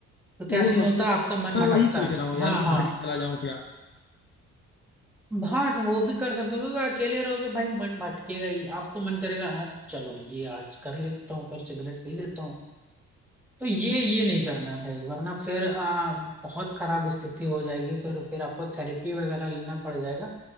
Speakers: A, in the centre; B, on the left (about 40°).
A: तो क्या
B: वो
A: सीन
B: सबसे
A: होता है आपका मन
B: मैं
A: भटकता
B: वही सोच
A: है
B: रहा हूँ यार
A: हाँ
B: कि
A: हाँ
B: घर ही चला जाऊं क्या
A: हाँ तो वो भी कर सकते हो क्योंकि अकेले रहोगे भाई मन भटकेगा ही आपको मन करेगा आज चलो ये आज कर लेता हूँ फिर सिगरेट पी लेता हूँ तो ये ये नहीं करना है भाई वरना फिर आ, बहुत खराब स्थिति हो जाएगी फिर फिर आपको थेरेपी वगैरह लेना पड़ जाएगा